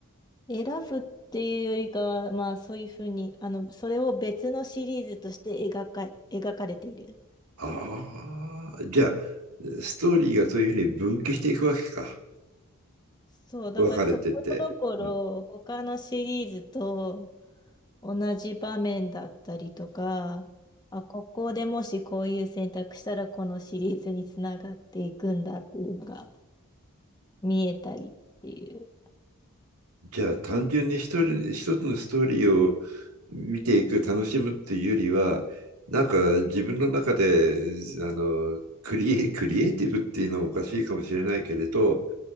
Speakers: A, on the left; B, on the right.
A: 選ぶっていうよりかは、まあそういうふうに、あの、それを別のシリーズとして描か、描かれている。
B: ああ、じゃあ、ストーリーがそういうふうに分岐していくわけか。
A: そう、だからところどころ他のシリーズと
B: 分かれてて。うん
A: 同じ場面だったりとか、あ、ここでもしこういう選択したらこのシリーズにつながっていくんだっていうのが見えたりっていう。
B: じゃあ、単純に一人、一つのストーリーを見ていく、楽しむっていうよりは、なんか自分の中で、あの、クリエ、クリエイティブっていうのもおかしいかもしれないけれど、